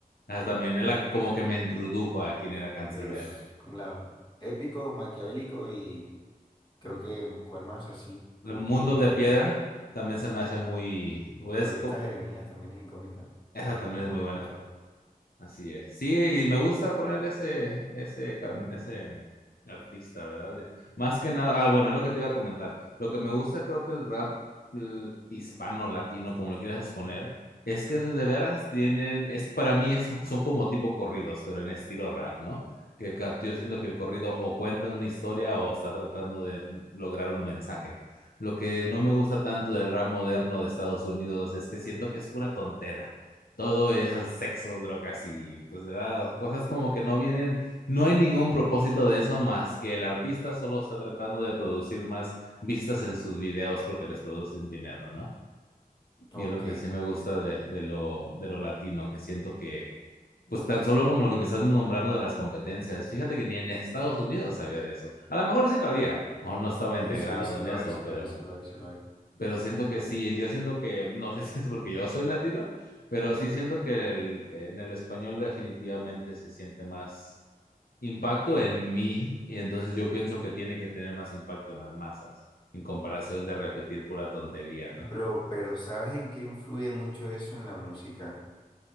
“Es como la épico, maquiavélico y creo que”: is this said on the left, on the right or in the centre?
Left